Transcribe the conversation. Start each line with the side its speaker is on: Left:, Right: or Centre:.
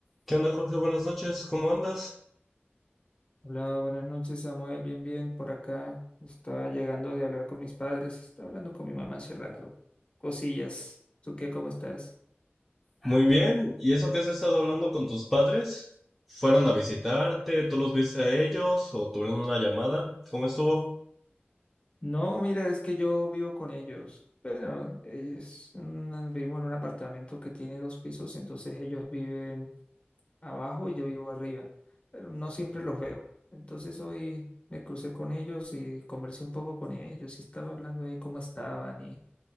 Centre: ¿Qué onda, Jorge? Buenas noches, ¿cómo andas?
Left: Hola, buenas noches, Samuel. Bien, bien, por acá. Estaba llegando de hablar con mis padres. Estaba hablando con mi mamá hace rato. Cosillas. ¿Tú qué? ¿Cómo estás?
Centre: Muy bien, ¿y eso que has estado hablando con tus padres? ¿Fueron a visitarte? ¿Tú los viste a ellos? ¿O tuvieron una llamada? ¿Cómo estuvo?
Left: No, mira, es que yo vivo con ellos. Bueno, es una- vivimos en un apartamento que tiene dos pisos, entonces ellos viven abajo y yo vivo arriba. Pero no siempre los veo. Entonces hoy me crucé con ellos y conversé un poco con ellos y estaba hablando ahí cómo estaban y